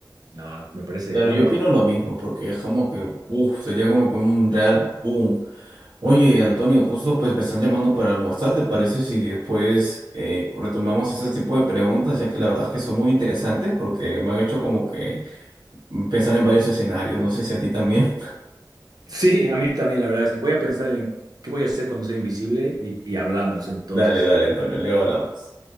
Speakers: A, on the right (about 60°); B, on the right (about 80°).
A: no, me parece
B: Claro,
A: único.
B: yo opino
A: digo.
B: lo mismo, porque es como que, uff, sería como que un real boom Oye, Antonio, justo pues me están llamando para almorzar, ¿te parece si después eh, retomamos ese tipo de preguntas, ya que la verdad es que son muy interesantes porque me han hecho como que mm, pensar en varios escenarios, no sé si a ti también.
A: Sí, a mí también, la verdad es que voy a pensar en qué voy a hacer cuando sea invisible y, y hablamos entonces.
B: <laughs> Dale, dale, Antonio, luego hablamos.